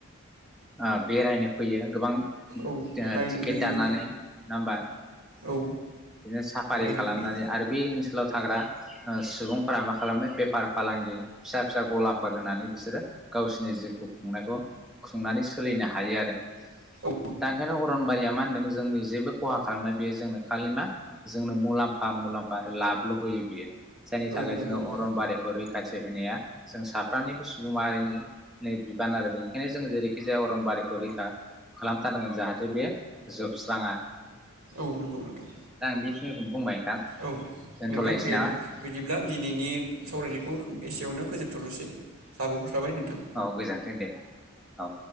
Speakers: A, in the centre; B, on the right (about 85°).
A: आ बेरायनो फैयो गोबां ओ
B: औ नायनो
A: टिकेट
B: फैयो
A: दाननानै नङा होमबा
B: औ
A: बिदिनो साफ आरि
B: नायनो
A: खालामनानै
B: फैयो
A: आरो बे ओनसोलाव थाग्रा ओ सुबुंफोरा मा खालामो बेफार फालांगि फिसा फिसा गलाफोर होनानै बिसोरो गावसिनि जिउखौ खुंनायखौ खुंनानै सोलिनो हायो आरो
B: औ
A: दा ओंखायनो अरनबारिया मा होनदों जोंनि जेबो खहा खालामनाय बेयो जोंनो खालि मा जोंनो मुलाम्फा मुलाम्फा आरो लाबल' होयो बियो जायनि
B: औ
A: थाखाय
B: नंगौ
A: जोङो
B: नोंथां
A: अरनबारिखौ रैखाथि बेहोनाया जों साफ्रोमनिबो सुबुं माहारिनि बिबान आरो बेनिखायनो जों जेरैखि जाया अरनबारिखौ रैखा खालामथारनांगोन जाहाथे बे जोबस्राङा
B: औ नंगौ नोंथां
A: दा आं बेखिनिखौनो बुंबाय नोंथां
B: औ
A: दोनथ'लायनोसै
B: नोंथां दे
A: नामा
B: बिदिब्ला दिनैनि सावरायनायखौ एसेयावनो फोजोबथ'नोसै साबायखर थाबाय नोंथां।
A: औ गोजोनथों दे औ